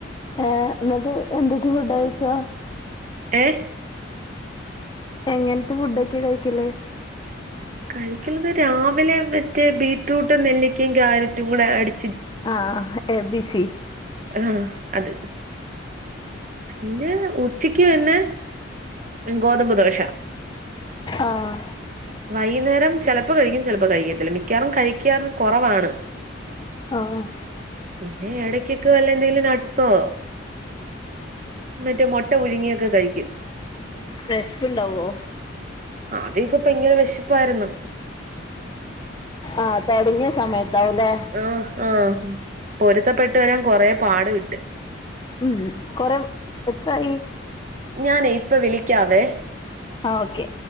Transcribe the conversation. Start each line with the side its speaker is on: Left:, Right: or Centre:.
Left: ഏഹ് ഇന്നട്ട് എന്തൊക്കെ ഫുഡായ് ക്കാ
Right: ഏഹ്
Left: എങ്ങൻത്തെ ഫുഡൊക്കെ കഴിക്കല്
Right: കഴിക്ക്ണത് രാവിലെ മറ്റേ ബീറ്റ്റൂട്ട് നെല്ലിക്ക്യെ ക്യാരറ്റും കൂടെ അടി
Left: ആഹ് ആഹ് എ ബി സി
Right: ആഹ് അത് പിന്നെ ഉച്ചക്ക് തന്നെ ഗോതമ്പ് ദോശ.
Left: ആഹ്
Right: വൈകുന്നേരം ചെലപ്പൊ കഴിക്കും. ചെലപ്പൊ കഴിക്കത്തില്ല. മിക്കവാറും കഴിക്കാറും കൊറവാണ്.
Left: ആഹ് അഹ്
Right: പിന്നെ എടെക്കൊക്കെ വല്ല എന്തേലും നട്ട്സോ. മറ്റേ മൊട്ട പുഴുങ്ങിയൊക്കെ കഴിക്കും.
Left: വെഷ്പ്പുണ്ടാവോ
Right: ആദ്യൊക്കെ പയങ്കര വെശപ്പായിരുന്നു.
Left: ആഹ് തൊടങ്ങിയ സമയത്താവുലേ.
Right: ആഹ് ആഹ് പൊരുത്തപ്പെട്ട് വരാൻ കൊറേ പാട് വിട്ട്
Left: ഉം കൊറെ എത്രായി.
Right: ഞാനേ ഇപ്പ വിളിക്കാവേ
Left: ആഹ് ഓക്കെ